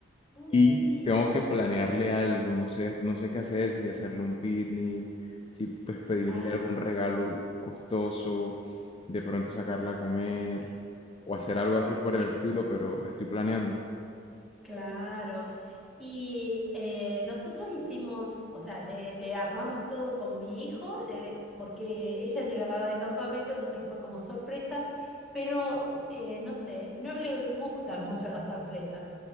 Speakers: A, in the centre; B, on the left (about 30°).
A: uy.
B: Y tengo que planearle
A: <laughs>
B: algo, no sé, no sé qué hacer, si hacerle un picnic, si pues pedirle
A: Ah,
B: algún regalo costoso, de pronto sacarla a comer o hacer
A: ay,
B: algo así por
A: y ve-
B: el estilo, pero estoy planeando.
A: Claro. Y eh, nosotros hicimos, o sea, le, le armamos todo con mi hijo, le- porque ella llegaba de campamento, entonces fue como sorpresa, pero eh, no sé, no le gustan mucho las sorpresas.